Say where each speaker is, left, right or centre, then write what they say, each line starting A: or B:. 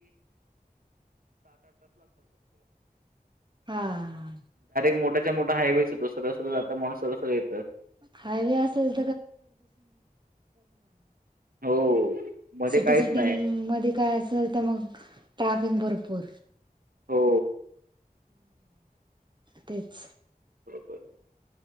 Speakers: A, on the right (about 30°); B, on the right (about 70°).
A: हा
B: मोठा <inaudible> मोठायवेच होो सर जाता माणस सर येतं
A: हायवे असेल
B: हो मध्ये
A: सिटी
B: काहीच
A: सिटी
B: नाही
A: मध्ये काय असेल तर मग ट्राफिक भरपूर
B: हो
A: तेच
B: बपर <inaudible>